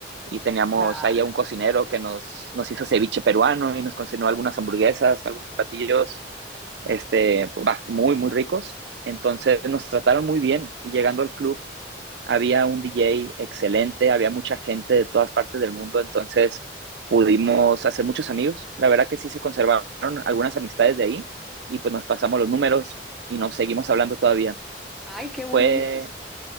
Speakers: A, on the right; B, in the centre.
A: y teníamos
B: Claro.
A: ahí a un cocinero que nos, nos hizo ceviche peruano y nos cocinó algunas hamburguesas, algunos platillos este, muy, muy ricos. Entonces nos trataron muy bien y llegando al club había un DJ excelente, había mucha gente de todas partes del mundo, entonces pudimos hacer muchos amigos. La verdad que sí se conservaron algunas amistades de ahí y pues nos pasamos los números y nos seguimos hablando todavía.
B: Ay, qué bonito.
A: Fue,